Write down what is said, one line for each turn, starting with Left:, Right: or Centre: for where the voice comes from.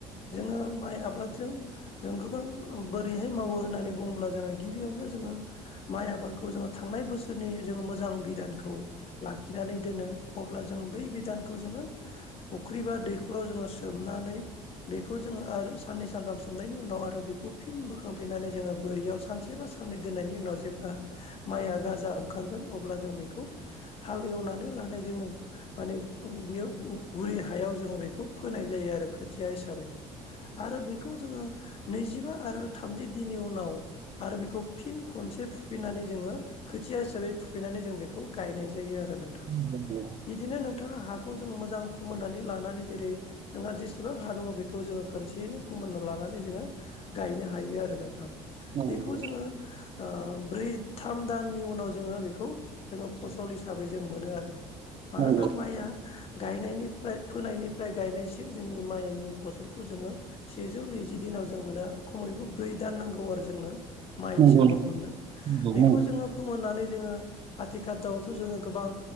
Left: जोङो माइ आबादजों जों गोबां बोरैहाय मावो होननानै बुङोब्ला जों गिबियावनो जोङो माइ आबादखौ जोङो थांनाय बोसोरनि जोङो मोजां बिधानखौ लाखिनानै दोनो अब्ला जों बै बिधानखौ जोङो फुख्रि बा दैखराव जोङो सोमनानै बेखौ जोङो आरो साननै सानथाम सोंनायनि उनाव आरो बेखौ फिन बोखांफिननानै जोङो बोरैयाव सानसे एसेबा साननै दोननायनि उनाव जेब्ला माइआ गाजा ओंखारगोन अब्ला जों बेखौ हाल एवनानै लानाय जोङो माने बेयो गुरि हायाव जोङो बेखौ फोनाय जायो आरो खोथिया हिसाबै आरो बेखौ जोङो नैजिबा आरो थामजि दिननि उनाव आरो बेखौ फिन खनसे फुफिननानै जोङो खोथिया हिसाबै फुफैनानै जों बेखौ गायनाय जायो आरो नोंथां
Right: नंगौ
Left: बिदिनो नोंथाङा हा बेखौ जों मोजां फोमोननानै लानानै जेरै नोंहा जेसेबां हा दङ बेखौ जोङो खनसेयैनो फोमोनना लानानै जोङो गायनो हायो आरो नोंथां
Right: नंगौ
Left: बेखौ जोङो ओ ब्रै थाम दाननि उनाव जोङो बेखौ जोङो फसल हिसाबै जों मोनो आरो मानोना
Right: नंगौ
Left: माइया गायनायनिफ्राय फोनायनिफ्राय गायनायसिम जोंनि माइनि फसलखौ जोङो सेजौ नैजि दिनाव जों मोनो खमैबो ब्रै दान नांगौ आरो जोंनो माइ
Right: नंगौ
Left: हिसाबाव
Right: नंगौ
Left: मोनो
Right: नंगौ
Left: बेखौ
Right: नंगौ
Left: जोङो फोमोननानै जोङो आथिखाल दाउथ' जोङो गोबां